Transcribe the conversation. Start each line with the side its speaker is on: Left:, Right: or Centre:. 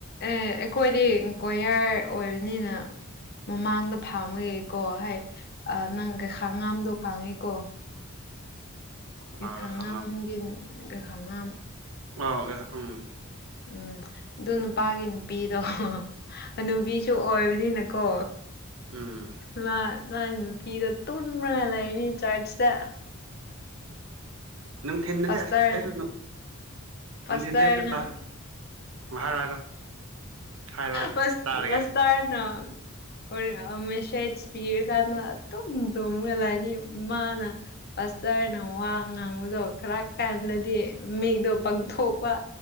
Left: ꯑꯦ ꯑꯩꯈꯣꯏꯗꯤ ꯀꯣꯌꯔ ꯑꯣꯏꯕꯅꯤꯅ ꯃꯃꯥꯡꯗ ꯐꯪꯕꯒꯤꯀꯣ ꯍꯥꯏ ꯑꯥ ꯅꯪ ꯀꯩ ꯈꯪꯉꯝꯗꯣ ꯈꯥꯡꯉꯤꯀꯣ
Right: ꯀꯅꯥꯒ
Left: ꯈꯥꯡꯉꯝꯒꯤ
Right: ꯈꯪꯉꯝ
Left: ꯈꯥꯡꯉꯝ
Right: ꯑꯣ ꯎꯝ
Left: ꯎꯝ ꯑꯗꯨ ꯅꯨꯄꯥꯒꯤ ꯅꯨꯄꯤꯗꯣ ꯍꯟꯅꯨꯕꯤꯁꯨ ꯑꯣꯏ ꯅꯀꯣ
Right: ꯎꯝ
Left: ꯃꯥ ꯃꯥ ꯅꯨꯄꯤꯗꯣ ꯇꯨꯝꯔꯒ ꯂꯩꯔꯤꯅꯤ ꯆꯔꯁꯇ
Right: ꯅꯨꯡꯊꯤꯜꯗꯗꯤ
Left: ꯄꯥꯁꯇꯔ
Right: ꯑꯁ ꯑꯩꯁꯨ ꯅꯨꯡꯊꯤꯟꯗꯤ
Left: ꯄꯥꯁꯇꯔꯅ
Right: ꯑꯧꯁꯨ ꯆꯔꯁ ꯎꯝ ꯍꯥꯏꯔꯣ ꯍꯥꯏꯔꯣ ꯍꯥꯏꯔꯣ ꯍꯥꯏꯔꯣ
Left: ꯄꯁ
Right: ꯇꯥꯔꯒꯦ
Left: ꯄꯥꯁꯇꯔꯅ ꯑꯣ <unintelligible> ꯀꯅ ꯑꯗꯨꯝ ꯗꯃꯒ ꯂꯥꯏꯅꯤ ꯃꯥꯅ ꯄꯁꯇꯔꯅ ꯋꯥ ꯉꯥꯡꯕꯗꯣ ꯈꯔ ꯀꯥꯟꯗꯗꯤ ꯃꯤꯠꯗꯣ ꯄꯥꯡꯊꯣꯛꯄ